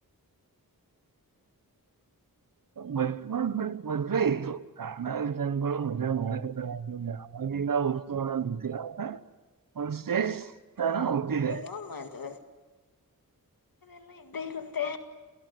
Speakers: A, on the left; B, on the right.
A: <inaudible>
B: ಮ ಬಟ್ ಮದ್ವೆೆ ಇತ್ತು ಕಣ ವಿಧನ್ಗಳು ಮದ್ವೆ ಮಾಡಕತರ <unintelligible> ಅವಗಂದ ಹುರ್ತು ಅನ್ನ ನಿಡ್ತಿರ ಒಂದ್ ಸ್ಟೇಜ್ ತನ ಹುಟ್ಟಿದೆ <unintelligible>
A: ಹ ಅದು ಎಲ್ಲ ಇದ್ದೇ ಇರುತ್ತೆ